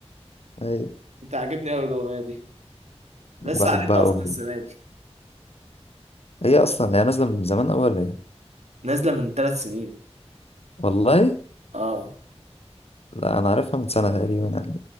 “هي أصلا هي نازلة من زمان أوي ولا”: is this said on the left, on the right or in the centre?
Left